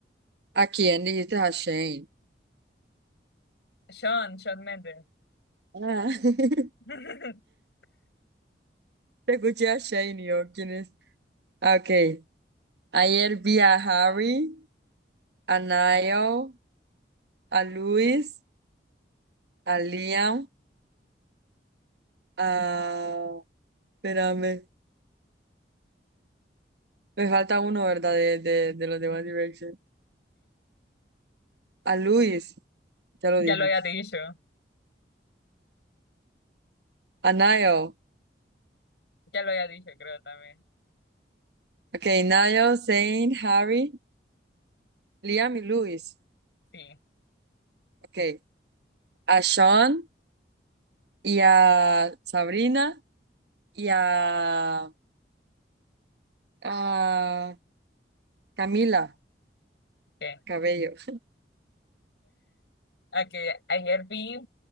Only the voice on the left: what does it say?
Sean, Sean Mendes.
<laughs>
Ya
lo había dicho,
ya lo había dicho, creo también.
Sí,
ok. Ok,
a que ayer vi